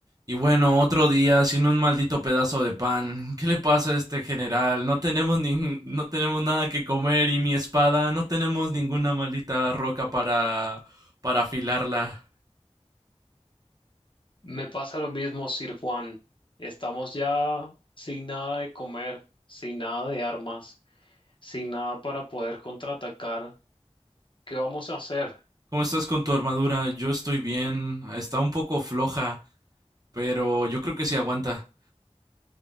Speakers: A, on the right; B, on the left.
A: Y bueno, otro día sin un maldito pedazo de pan. ¿Qué le pasa a este general? No tenemos nin- no tenemos nada que comer y mi espada, no tenemos ninguna maldita roca para para afilarla.
B: Me pasa lo mismo, Sir Juan. Estamos ya sin nada de comer, sin nada de armas, sin nada para poder contraatacar. ¿Qué vamos a hacer?
A: ¿Cómo estás con tu armadura? Yo estoy bien. Está un poco floja, pero yo creo que sí aguanta.